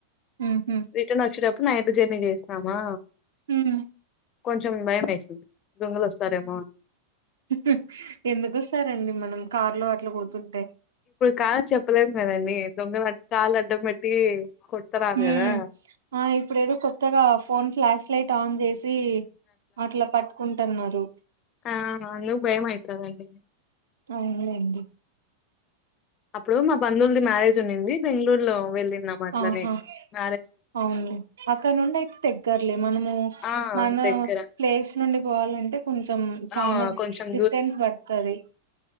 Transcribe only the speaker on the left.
రిటర్న్ వచ్చేటప్పుడు నైట్ జర్నీ చేసినామా
కొంచెం భయం వేస్తుంది. దొంగలు వస్తారేమో
కాల చెప్పలేము కదండి దొంగలు కార్లు అడ్డం పెట్టి కొడతరారు
కదా
ఆ ఆల్లు భయంమైతదండి.
అప్పుడు మా బంధువులది మ్యారేజ్ ఉండుంది. బెంగళూరు లో వెళ్ళినం అట్లనే
మ
ఆ
దగ్గర
ఆ కొంచెం